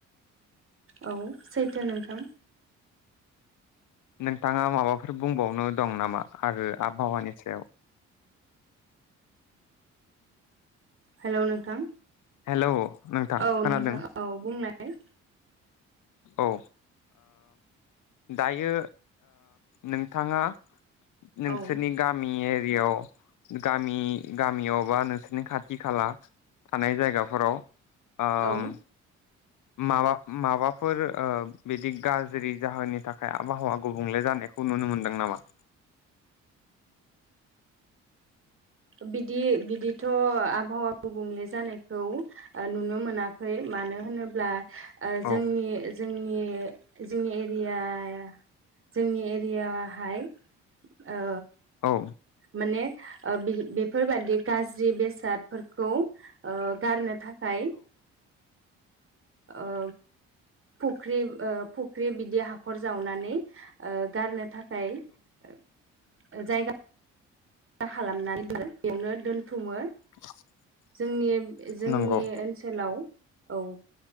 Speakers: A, on the right; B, on the left.
A: औ सैथो नोंथां
B: नोंथाङा माबाफोर बुंबावनो दं नामा आरो आबहावानि सायाव
A: हेलौ नोंथां
B: हेलौ नोंथां
A: औ
B: खोनादों
A: नोंथां औ बुंनाय।
B: औ दायो नोंथाङा नोंसोरनि
A: औ
B: गामि एरियाव गामि गामियाव बा नोंसोरनि खाथि खाला थानाय जायगाफोराव उम
A: औ
B: माबा माबाफोर बिदि गाज्रि जाहोननि थाखाय आबहावा गुबुंले जानायखौ नुनो मोनदों नामा?
A: बिदि बिदिथ' आबहावा गुबुंले जानायखौ नुनो ओ मोनाखै मानो होनोब्ला
B: औ
A: जोंनि जोंनि जोंनि एरियाया जोंनि एरियाहाय ओ
B: औ
A: माने ओ बि बेफोरबायादि गाज्रि बेसादफोरखौ ओ गारनो थाखाय ओ फुख्रि ओ फुख्रि बिदि हाखर जावनानै गारनो थाखा ओमफ्राय जायगा साफा खालामनानै बेयावनो दोन्थुमो
B: <inaudible>
A: जोंनि जोंनि
B: नंगौ
A: ओनसोलाव औ